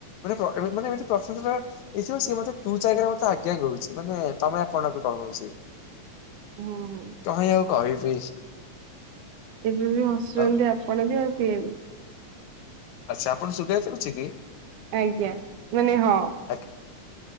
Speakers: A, on the left; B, on the right.
A: ମାନେ ପ୍ର ଏବେ ମାନେ ଏମିତି ପ୍ରଶଶା ଟା ଏଇଯଉ ସିଏ ମୋତେ ତୁ ଚାଗାରେ ମତେ ଆଜ୍ଞା କହୁଚି ମାନେ ତମେ ଆପଣ କହୁଚି
B: ହୁଁ ହୁଁ
A: କହି ଆଉ କହିବି।
B: ଏବେ ବି ହସୁଚନ୍ତି
A: ଆଉ
B: ଆପଣ ବି ଆଉ ସିଏ ବି।
A: ଆଚ୍ଛା ଆପଣ ଙ୍କୁ ସୁଧା ଯାଉଚି କି?
B: ଆଜ୍ଞା ମାନେ ହଁ।
A: ଆଜ୍ଞା